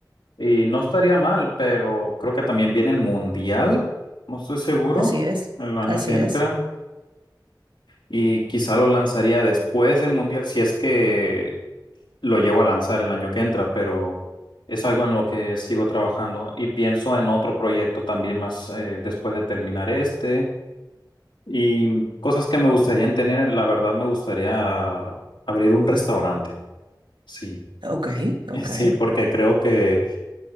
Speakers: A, on the left; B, on the right.
A: y no estaría mal, pero creo que también viene el Mundial, no estoy seguro,
B: así es,
A: el año
B: así
A: que entra,
B: es.
A: y quizá lo lanzaría después del Mundial, si es que lo llevo a lanzar el año que entra, pero es algo en lo que sigo trabajando y pienso en otro proyecto también más eh, después de terminar este. Y cosas que me gustaría tener, la verdad me gustaría abrir un restaurante. Sí,
B: Ok,
A: <laughs>
B: ok,
A: sí, porque creo que